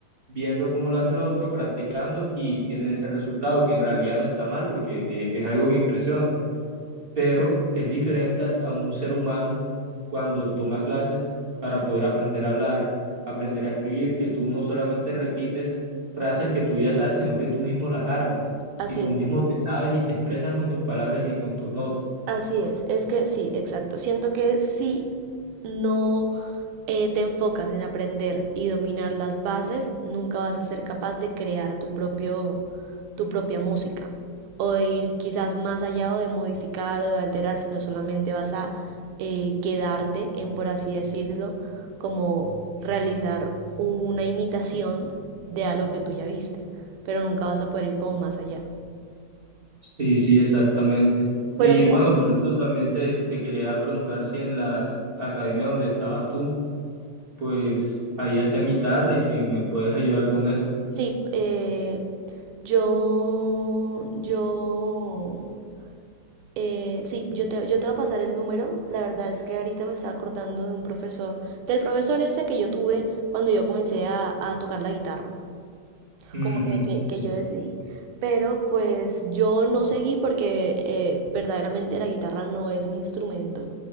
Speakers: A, on the right; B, on the right.
A: viendo cómo lo hace el otro, practicando y tienen ese resultado que en realidad no está mal porque eh, es algo que impresiona, pero es diferente a un ser humano cuando toma clases para poder aprender a hablar, aprender a escribir, que tú no solamente repites frases que tú ya sabes, sino que tú mismo las armas.
B: Así
A: Y tú
B: es.
A: mismo te sabes y te expresas con tus palabras y con tus notas.
B: Así es, es que sí, exacto. Siento que si no eh, te enfocas en aprender y dominar las bases, nunca vas a ser capaz de crear tu propio, tu propia música o de ir quizás más allá o de modificar o de alterar, sino solamente vas a eh, quedarte en, por así decirlo, como realizar una imitación de algo que tú ya viste, pero nunca vas a poder ir como más allá.
A: Sí, sí, exactamente.
B: Bueno,
A: Y
B: mira,
A: bueno, por eso también te, te quería preguntar si en la academia donde estabas tú, pues ahí hacían guitarra y si me puedes ayudar con eso.
B: Sí, eh, yo, yo, eh, sí, yo te, yo te voy a pasar el número. La verdad es que ahorita me estaba acordando de un profesor, del profesor ese que yo tuve cuando yo comencé a, a tocar la guitarra
A: Ujú,
B: como que, que- que
A: sí.
B: yo decidí. Pero pues yo no seguí porque eh, verdaderamente la guitarra no es mi instrumento,